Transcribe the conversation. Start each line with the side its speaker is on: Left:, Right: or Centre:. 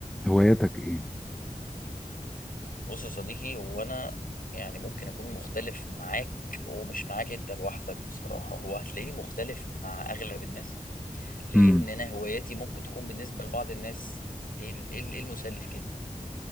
Centre: هواياتك ايه
Left: بص يا صديقي هو انا يعني ممكن اكون مختلف معاك ومش معاك انت لوحدك بصراحه هو هتلاقيني مختلف مع اغلب الناس لان
Centre: امم
Left: انا هواياتي ممكن تكون بالنسبه لبعض الناس ايه ال- إيه ال- إيه المسلي في كده